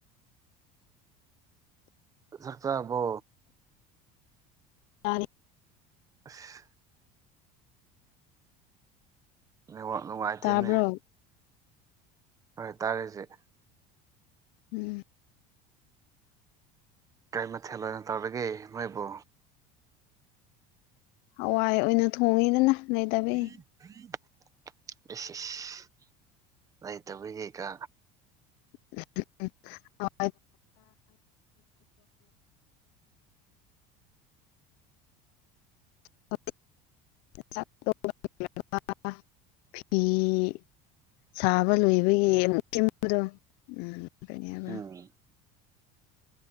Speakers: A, on the right; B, on the left.
A: ꯆꯥꯛꯆꯥꯕꯣ
B: ꯑꯥ ꯅꯤ
A: ꯑꯁ ꯅꯦꯠꯋꯥꯛ ꯅꯨꯡꯉꯥꯏꯇꯦꯅꯦ
B: ꯇꯥꯕ꯭ꯔꯣ
A: ꯍꯣꯏ ꯇꯥꯔꯦ ꯍꯩꯖꯤꯛ
B: ꯎꯝ
A: ꯀꯩ ꯃꯊꯦꯜ ꯑꯣꯏꯅ ꯇꯧꯔꯒꯦ ꯅꯣꯏꯕꯣ
B: ꯍꯋꯥꯏ ꯑꯣꯏꯅ ꯊꯣꯡꯉꯤꯗꯅ ꯂꯩꯇꯕꯩ
A: <unintelligible> ꯏꯁꯏꯁ ꯂꯩꯇꯕꯒꯤꯀꯣ
B: <unintelligible> <unintelligible> ꯆꯤ ꯁꯥꯕ ꯂꯣꯏꯕꯒꯤ ꯑꯃꯨꯛ ꯁꯦꯝꯕꯥꯗꯣ ꯎꯝ ꯍꯥꯏꯕ꯭ꯔꯥ
A: ꯑꯥ